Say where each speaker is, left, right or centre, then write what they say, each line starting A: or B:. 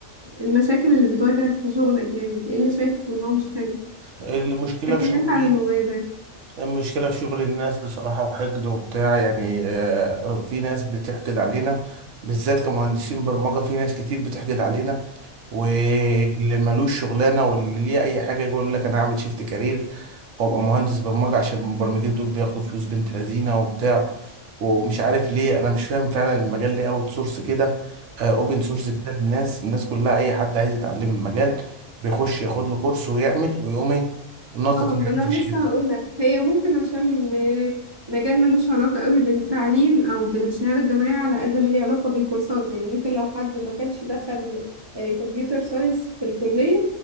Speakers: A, on the right (about 30°); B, on the right (about 70°).
A: المشاكل اللي بتواجهك في شغلك يعني ايه اللي شايف ان هو مش حلو
B: المشكلة
A: اتكلمت
B: في شغلي
A: عن المميزات
B: المشكلة في شغل الناس بصراحة وحقد وبتاع يعني آه، في ناس بتحقد علينا بالذات كمهندسين برمجة في ناس كتير بتحقد علينا واللي ملوش شغلانه واللي ليه اي حاجه يقول لك انا هعمل شيفت كارير وابقى مهندس برمجه عشان المبرمجين دول بياخدوا فلوس بنت لذينه وبتاع ومش عارف ليه انا مش فاهم فعلا المجال ليه اوت سورس كده اوبن سورس كده للناس الناس كلها اي حد عايز يتعلم المجال بيخش ياخد له كورس ويعمل ويقوم ايه ناطط
A: اه
B: معانا
A: ما انا
B: في الشركه
A: لسه هقول لك هي ممكن عشان م- مجال ملوش علاقة قوي بالتعليم او بالشهادة الجامعية على قد ما ليه علاقة بالكورسات يعني ممكن لو حد ما كانش دخل آه، كمبيوتر ساينس في الكلية